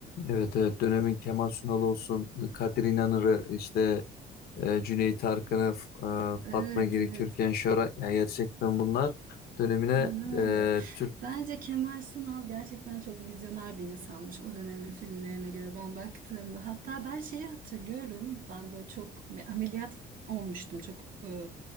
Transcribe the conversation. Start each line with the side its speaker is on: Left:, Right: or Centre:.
Left: Evet evet dönemin Kemal Sunal olsun, Kadir İnanır'ı işte e, Cüneyt Arkın'ı, F- e,
Right: Evet,
Left: Fatma Girik,
Right: evet.
Left: Türkan Şoray. Ya gerçekten bunlar dönemine
Right: Aynen
Left: e,
Right: öyle.
Left: Türk...
Right: Bence Kemal Sunal gerçekten çok vizyoner bir insanmış o dönemin filmlerine göre ben baktığımda. Hatta ben şeyi hatırlıyorum. Ben böyle çok bir ameliyat olmuştum. Çok e,